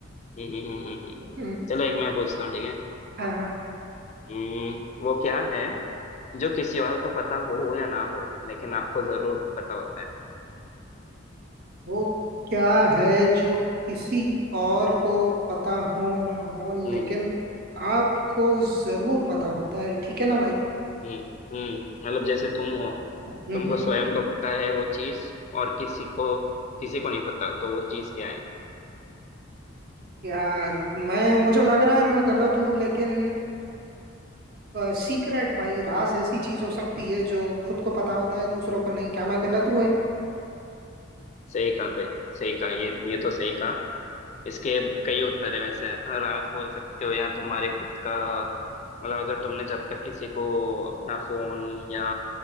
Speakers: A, on the left; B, on the right.
A: हम्म, हम्म, हम्म, हम्म। हम्म।
B: हम्म,
A: चलो एक मैं पूछता हूँ ठीक है
B: हाँ हाँ
A: हम्म, वो क्या है जो किसी और को पता हो या ना हो लेकिन आपको जरूर पता होता है
B: वो क्या है जो किसी और को पता हो ना हो लेकिन
A: हम्म,
B: आपको जरूर पता होता है ठीक है ना भाई
A: हम्म हम्म मतलब जैसे तुम हो
B: हम्म
A: तुमको
B: हम्म
A: स्वयं को पता है वो चीज और किसी को किसी को नहीं पता तो वो चीज क्या है
B: यार मैं मुझे लग रहा है मैं गलत हूँ लेकिन सीक्रेट भाई राज ऐसी चीज हो सकती है जो खुद को पता होता है दूसरों को नहीं क्या मैं गलत हूँ भाई
A: सही कहा भाई सही कहा ये ये तो सही कहा इसके कई उत्तर है वैसे राज बोल सकते हो या तुम्हारे खुद का मतलब अगर तुमने जब तक किसी को अपना फोन या